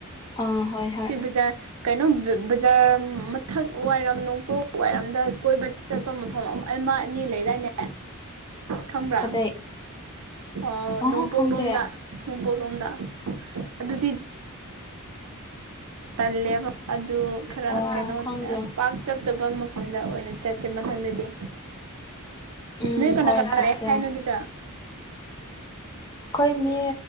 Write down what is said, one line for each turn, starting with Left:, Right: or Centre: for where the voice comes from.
Left: ꯑꯥ ꯍꯣꯏ ꯍꯣꯏ
Right: ꯁꯤꯕꯖꯔ ꯀꯩꯅꯣ ꯕꯖꯥꯔ ꯃꯊꯛ ꯋꯥꯏꯔꯝ ꯅꯣꯡꯄꯣꯛ ꯋꯥꯏꯔꯝꯗ ꯀꯣꯏꯕ ꯆ ꯑꯐꯝ ꯃꯐꯝ ꯑꯃ ꯑꯅꯤ ꯂꯩꯗꯥꯏꯅꯦ ꯈꯪꯕ꯭ꯔꯥ
Left: ꯀꯗꯥꯏ
Right: ꯑ
Left: ꯑꯍ
Right: ꯅꯣꯡꯄꯣꯛꯂꯣꯝꯗ
Left: ꯈꯪꯗꯦ
Right: ꯅꯣꯡꯄꯣꯛꯂꯣꯝꯗ ꯑꯗꯨꯗꯤ ꯇꯜꯂꯦꯕ ꯑꯗꯨ
Left: ꯑꯣ
Right: ꯈꯔ ꯀꯩꯅꯣ
Left: ꯈꯪꯗꯦ
Right: ꯄꯥꯛ ꯆꯛꯇꯕ ꯃꯐꯝꯗ ꯑꯣꯏꯅ ꯆꯠꯁꯦ ꯃꯊꯪꯗꯗꯤ
Left: ꯎꯝ
Right: ꯅꯣꯏ ꯀꯅꯥ
Left: ꯍꯣꯏ
Right: ꯀꯅꯥꯅ
Left: ꯆꯠꯁꯦ
Right: ꯍꯥꯏꯅꯣꯗꯤꯗ
Left: ꯑꯩꯈꯣꯏ ꯃꯤ